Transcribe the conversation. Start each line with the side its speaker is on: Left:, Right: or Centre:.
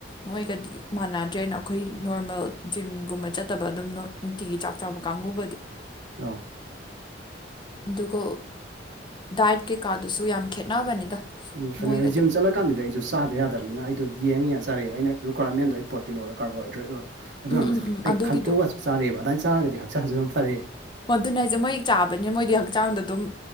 Left: ꯃꯣꯏꯒꯗꯤ ꯃꯥꯅꯗ꯭ꯔꯦꯅ ꯈꯣꯏ ꯅꯣꯔꯃꯦꯜ ꯖꯤꯝꯒꯨꯝꯕ ꯆꯠꯇꯕ ꯑꯗꯨꯝ ꯅ‌ꯣꯠ ꯅꯨꯡꯇꯤꯒꯤ ꯆꯥꯛ ꯆꯥꯕ ꯀꯥꯡꯕꯨꯒꯗꯤ
Right: <unintelligible>
Left: ꯑꯗꯨꯒ ꯗꯥꯏꯠ ꯀꯩꯀꯥꯗꯨꯁꯨ ꯌꯥꯝ ꯈꯦꯠꯅꯕꯅꯤꯗ
Right: ꯎꯝ ꯐꯅ
Left: ꯃꯣꯏꯒꯗꯤ
Right: ‌ꯍꯥꯏ ꯖꯤꯝ ꯆꯂꯛ ꯀꯥꯟꯗꯗꯤ ꯑꯩꯖꯨ ꯆꯥꯗ ꯌꯥꯗꯝ ꯅꯤꯅ ꯑꯩꯗ‌ꯣ ꯌ‌ꯦꯡꯉ ꯌꯦꯡꯉ ꯆꯥꯔ ꯑꯦꯕ ꯑꯩꯅ ꯔꯨꯀ꯭ꯋꯥꯃꯦꯟꯗ ꯑꯩ ꯄ꯭ꯔ‌ꯣꯇꯤꯟ ꯑꯣꯏꯔ ꯀꯥꯔꯕꯣꯍꯥꯏꯗ꯭ꯔꯦꯗ ꯑꯣꯏ ꯑꯗꯨ
Left: ꯎꯝ
Right: ꯑꯟꯗ
Left: ꯎꯝ ꯎꯝ
Right: ꯑꯩ
Left: ꯑꯗꯨꯒꯤꯗꯣ
Right: ꯈꯟꯇꯣꯑꯒ ꯆꯥꯔꯑ‌ꯦꯕ ꯑꯗꯥꯏꯟ ꯆꯥꯔꯒꯗꯤ ꯍꯛꯆꯥꯡꯖꯨ ꯑꯗꯨꯝ ꯐꯔ‌ꯦ
Left: ꯑ‌‌ꯣ ꯑꯗꯨꯅ ꯍꯥꯏꯖ‌ꯦ ꯃꯣꯏ ꯆꯥꯕꯅ‌ꯦ ꯃꯣꯏꯗꯤ ꯍꯛꯆꯥꯡꯗ ꯑꯗꯨꯝ